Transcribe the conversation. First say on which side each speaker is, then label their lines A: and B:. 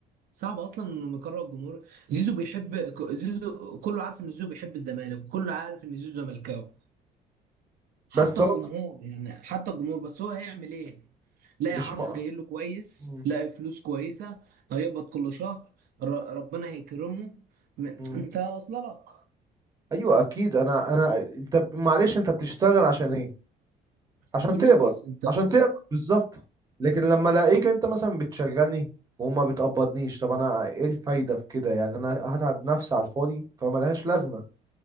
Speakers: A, on the right (about 65°); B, on the right (about 20°).
A: صعب اصلا انه يقرر الجمهور زيزو بيحب ك- زيزو كله عارف ان زيزو بيحب الزمالك كله عارف ان زيزو زملكاوي حتى
B: بس هو
A: الجمهور يعني حتى الجمهور بس هو هيعمل ايه لاقي
B: مش
A: عرض
B: م...
A: جاي له كويس
B: مم.
A: لاقي فلوس كويسه هيقبض كل شهر ر- ربنا هيكرمه م-
B: مم.
A: انت واصله لك
B: ايوه اكيد انا انا انت معلش انت بتشتغل عشان ايه
A: عشان
B: عشان
A: فلوس
B: تقبض
A: انت
B: عشان تقبض بالظبط لكن لما الاقيك انت مثلا بتشغلني وما بتقبضنيش طب انا ايه الفايده في كده يعني انا هتعب نفسي على الفاضي فما لهاش لازمه